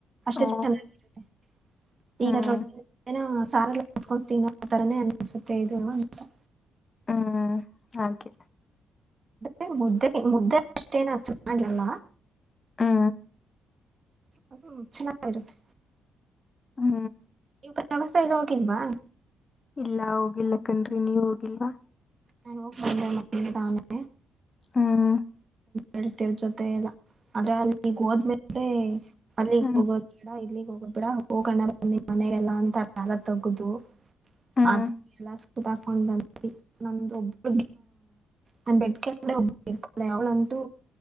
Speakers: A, on the right (about 35°); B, on the left (about 35°).
A: ಅಷ್ಟೆ
B: ಓ
A: ಚೆನ್ನಾಗಿರುತ್ತೆ
B: ಹ್ಮ್
A: ಈಗ ಸಾರಕೊತೀನ ಆ ಥರನೇ ಅನ್ನಿಸುತ್ತೆ ಇದು ಅಂತ
B: ಹ್ಮ್ ಹಾಗೆ
A: ಅೆ ಮುದ್ದೆ ಮುದ್ದೆ ಅಷ್ಟೇನ ಚೆನ್ನಾಗಿಲ್ಲ
B: ಹ್ಮ
A: ಅ ಚೆನ್ನಾಗಿಾಗಿರುತ್ತೆ
B: ಹಾ
A: ಇವ ವ್ಯವಾಸ ಎಲ್ಲ ಹೋಗಿಲ್ವಾ
B: ಇಲ್ಲ ಹೋಗಿಿಲ್ಲ ಕಣ್ರಿ ನೀವ ಹೋಗಿಲ್ವಾ
A: ನನ್ ಹೋಗ್ ದ ತಾನೆ.
B: ಹ್ಮ.
A: ಹೇಳ್ತಿರ್ ಜೊತೆ ಎಲ್ಲ ಆದ್ರೆ ಅಲ್ಲಿಗ್ ಹೋದ್ಮೇಲೆ. ಅಲ್ಲಿಗೆ
B: ಹ್ಮ್
A: ಹೋಗೋದು ಬೇಡ ಇಲ್ಲಿ. ಹೋಗ ಬಿಡ ಹೋಗಣ ಬಂದಿ ಮನೆಗೆಲ್ಲ ಅಂತ ಎಲ್ಲ ತಗುದು.
B: ಹ್ಮ್
A: ಆದ <unintelligible> <unintelligible> ಬಂದ್ವಿ ನ್ದ ಒಬ್ಬರು ನ ಬೆಟ್ಟ ಕೆಳಗಡೆ ಒಬ್ ಇರ್ತಲ್ಲ ಯಾವಳಂತೂ.